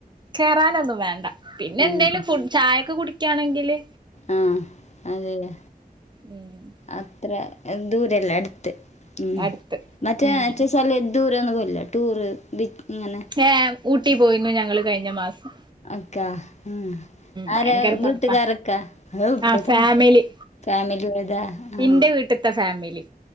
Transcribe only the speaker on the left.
ഉം.
ആഹ്, അതെ അയെ.
അത്രെ ദൂരല്ല അട്ത്ത്. ഉം,
മറ്റേ
റ്റെ സ്ഥലം ദൂര ഒന്നും പോവൽല്ല. ടൂറ് ബീ ങ്ങനെ
അക്കാ ഉം.
ആരേ വീട്ടുകാരൊക്കാ
<unintelligible>
ഫാമിലി ഏതാ ആഹ്